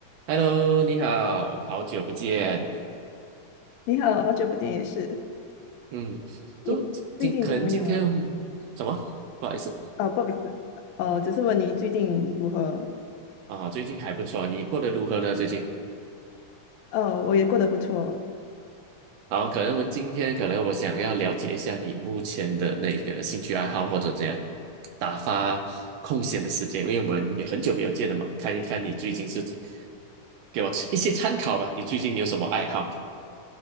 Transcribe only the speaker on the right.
Hello，你好，好久不见。
嗯，都今可能今天
怎么？不好意思
啊，最近还不错，你过得如何呢？最近
好，可能我们今天可能我想要了解一下你目前的那个兴趣爱好或者怎样打发空闲的时间，因为我们也很久没有见了嘛，看一看你最近是给我一些参考吧，你最近有什么爱好？